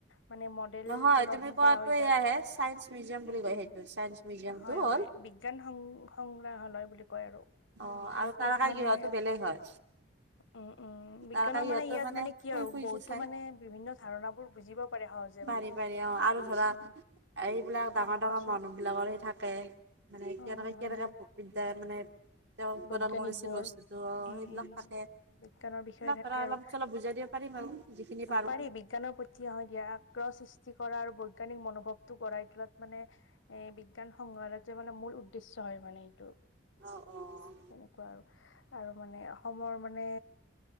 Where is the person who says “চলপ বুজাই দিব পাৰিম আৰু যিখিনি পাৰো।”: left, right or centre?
Right